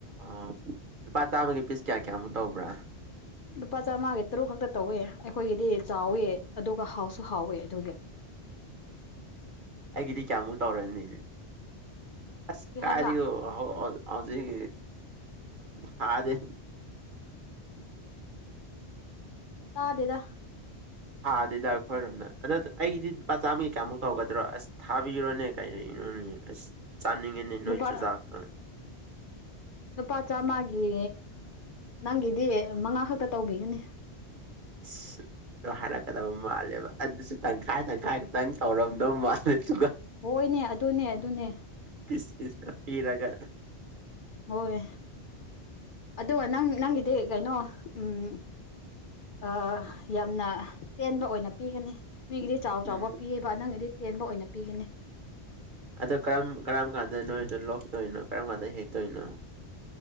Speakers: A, on the right (about 50°); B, on the left (about 55°).
A: ꯑꯣ ꯂꯨꯄꯥ ꯆꯥꯝꯃꯒꯤ ꯄꯤꯁ ꯀꯌꯥ ꯀꯌꯥꯃꯨꯛ ꯇꯧꯕ꯭ꯔꯥ
B: ꯂꯨꯄꯥ ꯆꯥꯝꯃꯉꯥꯒꯤ ꯇꯔꯨꯛ ꯈꯛꯇ ꯇꯧꯋꯦ ꯑꯩꯈꯣꯏꯒꯤꯗꯤ ꯆꯥꯎꯋꯦ ꯑꯗꯨꯒ ꯍꯥꯎꯁꯨ ꯍꯥꯎꯋꯦ ꯑꯗꯨꯒꯤ ꯎ <inaudible>
A: ꯑꯩꯒꯤꯗꯤ ꯀꯌꯥꯃꯨꯛ ꯇꯧꯔꯅꯤ ꯑꯁ
B: ꯀꯔꯤ
A: ꯀꯥꯏꯗꯒꯤ
B: ꯍꯥꯏꯕ
A: ꯥꯎ ꯍꯧꯖꯤꯛ ꯊꯥꯗꯦ
B: ꯇꯥꯗꯦꯗ
A: ꯊꯥꯗꯧꯗ ꯑꯩꯈꯣꯢꯔꯣꯝꯗ ꯑꯗ ꯑꯩꯒꯤꯗꯤ ꯂꯨꯄꯥ ꯆꯥꯝꯃꯒꯤ ꯀꯌꯥꯃꯨꯛ ꯇꯧꯒꯗ꯭ꯔꯣ ꯑꯁ ꯊꯥꯕꯤꯔꯣꯅꯦ ꯀꯔꯤꯅꯣꯅꯦ ꯑꯁ ꯆꯥꯅꯤꯡꯉꯤꯅꯦ
B: ꯂꯨꯄꯥ
A: ꯅꯣꯏ ꯆꯨꯖꯥꯛꯇꯣ
B: ꯂꯨꯄꯥ ꯆꯥꯝꯃꯒꯤ ꯅꯪꯒꯤꯗꯤ ꯃꯉꯥ ꯈꯛꯇ ꯇꯧꯕꯤꯒꯅꯤ
A: ꯑ <inaudible> ꯑꯗꯣ ꯍꯥꯏꯔꯛꯀꯗꯕ ꯃꯥꯜꯂꯦꯕ ꯑꯗꯨꯁꯨ ꯇꯪꯈꯥꯏ ꯇꯪꯈꯥꯏ ꯈꯛꯇꯪ ꯇꯧꯔꯝꯗꯧ ꯃꯥꯜꯂꯦ ꯑꯗꯨꯒ
B: ꯍꯣꯏꯅꯦ ꯑꯗꯨꯅꯦ ꯑꯗꯨꯅꯦ
A: ꯄ ꯏꯔꯒꯣ <inaudible>
B: ꯍꯣꯏ ꯑꯗꯨꯒ ꯅꯪ ꯅꯪꯒꯤꯗꯤ ꯀꯩꯅꯣ ꯎꯝ ꯑ ꯌꯥꯝꯅ ꯇꯦꯟꯕ ꯑꯣꯏꯅ ꯄꯤꯒꯅꯤ ꯃꯤꯒꯤꯗꯤ ꯆꯥꯎ ꯆꯥꯎꯕ
A: ꯎꯝ
B: ꯄꯤꯌꯦꯕ ꯅꯪꯅꯗꯤ ꯇꯦꯟꯕ ꯑꯣꯏꯅ ꯄꯤꯒꯅꯤ
A: ꯑꯗꯣ ꯀꯔꯝ ꯀꯔꯝ ꯀꯥꯟꯗ ꯅꯣꯏꯗꯣ ꯂꯣꯛꯇꯧꯔꯤꯅꯣ ꯀꯔꯝ ꯀꯥꯟꯗ ꯍꯦꯛꯇꯣꯢꯅꯣ